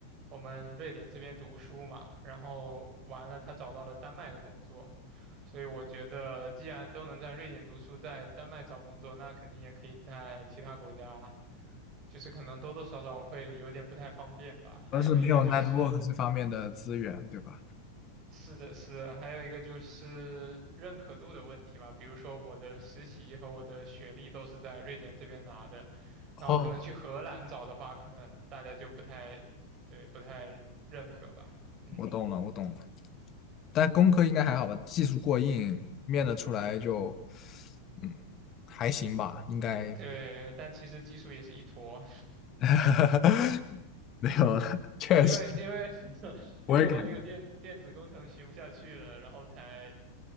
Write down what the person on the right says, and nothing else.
我们瑞典这边读书嘛，然后完了他找到了丹麦的工作，所以我觉得既然都能在瑞典读书，在丹麦找工作，那肯定也可以在其他国家，就是可能多多少少会有点不太方便吧。还有一个就是
是的，是的，还有一个就是认可度的问题吧。比如说我的实习和我的学历都是在瑞典这边拿的，那我可能去荷兰找的话，
可能大家就不太，对，不太认可吧。嗯，
对，但其实技术也是一坨，
<laughs>
因为因为 <laughs>
因为我那个电电子工程学不下去了，然后才